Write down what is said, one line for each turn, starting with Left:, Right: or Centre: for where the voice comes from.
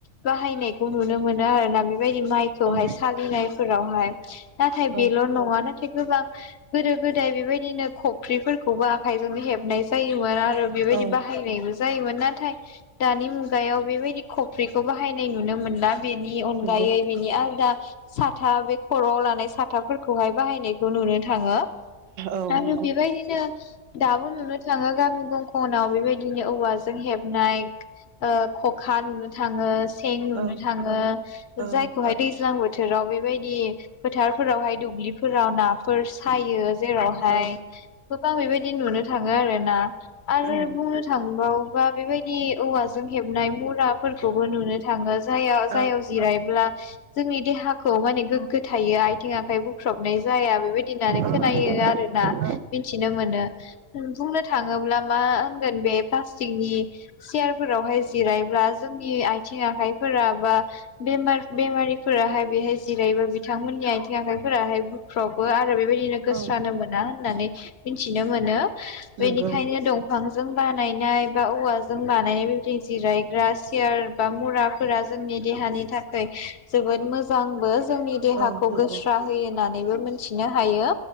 Left: बाहायनायखौ नुनो मोनो मोनो आरोना बेबायदि माइखौहाय
Right: औ
Left: सालिनायफोरावहाय नाथाय
Right: औ
Left: बेल' नङानो गोबां गोदो गोदाय बेबायदिनो खफ्रिफोरखौबो आखायजोंनो हेबनाय जायोमोन आरो बेबायदि
Right: औ
Left: बाहायनायबो जायोमोन नाथाय दानि मुगायाव बेबायदि खफ्रि खौ बाहायनाय नुनो मोनला बेनि अनगायै
Right: नंगौ
Left: बिनि आलदा साथा बे खर'आव लानाय साथाफोरखौहाय बाहायनायखौ नुनो थाङो
Right: औ
Left: आरो
Right: नंगौ
Left: बेबायदिनो दाबो नुनो थाङो गामि गं गुबुनाव बेबायदिनो औवाजों हेबनाय ओ खखा नुनो थाङो सें नुनो
Right: औ
Left: थाङो
Right: औ
Left: जायखौहाय दैज्लां बोथोराव बेबायदि फोथारफोरावहाय दुब्लिफोराव नाफोर सायो जेरावहाय
Right: औ
Left: गोबां बेबायदि नुनो थाङो आरोना आरो
Right: उम
Left: बुंनो थांबावोबा बेबायदि औवाजों जों हेबनाय मुुरा खौबो नुनो थाङो जाय जायाव
Right: औ
Left: जिरायब्ला जोंनि देहाखौ माने गोग्गो थायो आथिं आखाइ ब बुख्रबनाय जाया बेबायदि होनानो
Right: औ
Left: खोनायो
Right: औ
Left: आरोना। मिथिनो मोनो। बुंनो थाङोब्ला मा होनगोन बे प्लास्टिकनि चयारफोरावहाय जिरायब्ला जोंनि आथिं आखाइफोरा बा बे बेमारिफोराहाय बेहाय जिरायबो बिथांमोननि आथिं आखाइफोराहाय बुफ्रबो आरो बेबायदिनो गोस्रानो
Right: नंगौ औ
Left: मोना होननानै मिथिनो मोनो बेनिखायनो
Right: नंगौ
Left: दंफांजों बा बानायनाय बा औवाजों बानायनाय बेबायदि जिरायग्रा सियार बा मुराफोरा जोंनि देहानि थाखाय जोबोद मोजांबो जोंनि देहाखौ
Right: औ नंगौ
Left: गोस्रा होयो होननानैबो मोन मिथिनो हायो